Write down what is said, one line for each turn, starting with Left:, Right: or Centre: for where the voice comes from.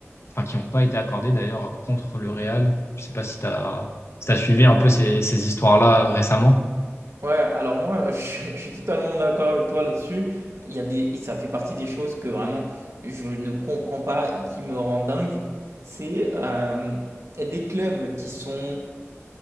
Left: enfin qui n'ont pas été accordés d'ailleurs contre le Real. Je sais pas si tu as, si t'as suivi un peu ces, ces histoires-là récemment.
Right: Ouais, alors moi, <laughs> je, suis je suis totalement d'accord avec toi là-dessus. Il y a des, et ça fait partie des choses que vraiment je ne comprends pas et qui me rend dingue. C'est euh, des clubs qui sont